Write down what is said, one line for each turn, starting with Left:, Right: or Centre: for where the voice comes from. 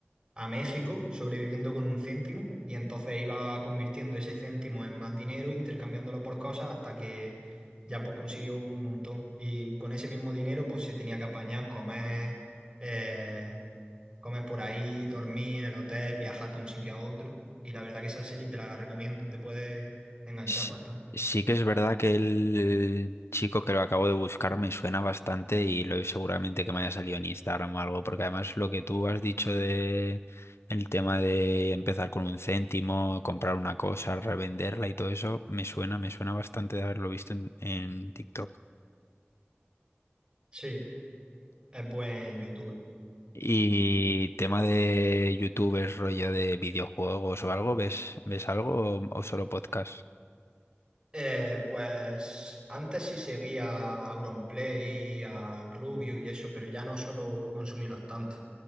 Right: a México sobreviviendo con un céntimo y entonces iba convirtiendo ese céntimo en más dinero, intercambiándolo por cosas hasta que ya pues consiguió un montón. Y con ese mismo dinero pues se tenía que apañar, comer, eh, Comes por ahí, dormís en el hotel, viajas de un sitio a otro. Y la verdad que esa serie te la recomiendo, te puede enganchar
Left: Sí
Right: bastante.
Left: sí que es verdad que el chico que lo acabo de buscar me suena bastante y lo seguramente que me haya salido en Instagram o algo, porque además lo que tú has dicho de el tema de empezar con un céntimo, comprar una cosa, revenderla y todo eso, me suena, me suena bastante de haberlo visto en, en TikTok.
Right: Sí, es buen youtuber.
Left: Y tema de youtubers, rollo de videojuegos o algo, ¿ves, ves algo o o solo podcast?
Right: Eh, pues antes sí seguía a Auronplay, al Rubio y eso, pero ya no suelo consumirlos tanto.